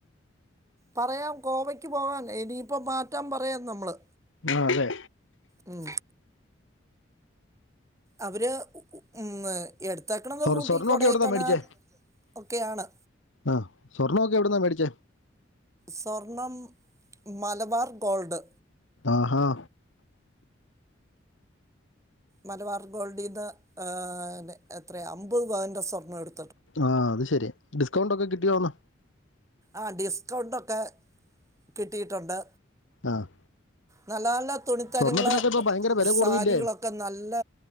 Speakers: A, on the right; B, on the left.
A: പറയാം ഗോവയ്ക്ക് പോവാൻ ഇനി ഇപ്പൊ മാറ്റാം പറയാം നമ്മള്
B: ആ‌ അതെ
A: ഉം അവര് ഉം എട്ത്തെക്കണത്
B: സ്വർ-
A: ഊട്ടി
B: സ്വർണ്ണമൊക്കെ
A: കൊടൈക്കനാൽ
B: എവിടുന്നാ മേടിച്ചേ
A: ഒക്കെയാണ്
B: ആ സ്വർണൊക്കെ എവിടന്നാ മേടിച്ചേ
A: സ്വർണം മലബാർ ഗോൾഡ്
B: ആഹാ
A: മലബാർ ഗോൾഡീന്ന് ന്നെ എത്രയാ അമ്പത് പവന്റെ സ്വർണം എടു
B: ആ‌ അത് ശരി ഡിസ്കൗണ്ട് ഒക്ക കിട്ടിയോന്ന്
A: ആ‌ ഡിസ്കൗണ്ടൊക്കെ കിട്ടിയിട്ടോണ്ട്
B: ആ
A: നല്ല നല്ല തുണിത്തരങ്ങള്
B: സ്വർണത്തിനൊക്കെ ഇപ്പൊ ഭയങ്കര വില
A: സാരികളൊക്ക
B: കൂടുതലില്ലേ
A: നല്ല